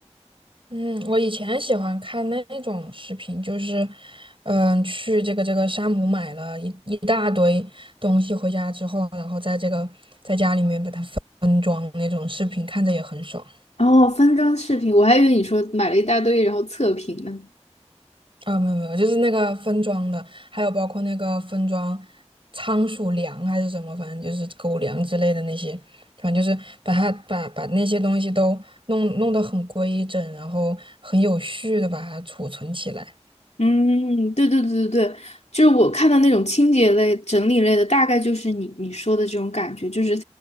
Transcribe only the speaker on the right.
嗯，我以前喜欢看那种视频，就是，嗯，去这个这个山姆买了一一大堆东西回家之后，然后在这个在家里面把它分装那种视频，看着也很爽
啊。没有没有，就是那个分装的，还有包括那个分装仓鼠粮还是什么，反正就是狗粮之类的那些，反正就是把它把把那些东西都弄弄得很规整，然后很有序的把它储存起来。